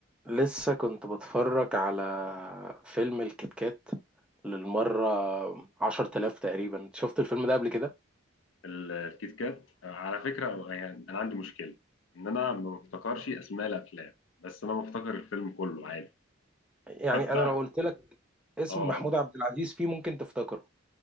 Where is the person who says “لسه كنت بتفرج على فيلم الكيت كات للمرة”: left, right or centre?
Centre